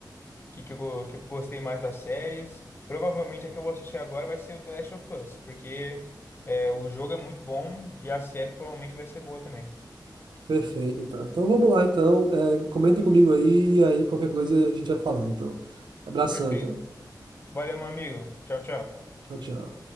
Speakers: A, on the left; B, on the right.
A: que, que, eu, go- que eu gostei mais das séries. Provavelmente a que eu vou assistir agora vai ser o The Last of Us, porque é, o jogo é muito bom e a série provavelmente vai ser boa também.
B: Perfeito, então. Então vamos lá, então. É, comentem comigo aí, e aí qualquer coisa a gente vai falando, então. Abração,
A: Perfeito.
B: então.
A: Valeu, meu amigo. Tchau, tchau.
B: Tchau, tchau.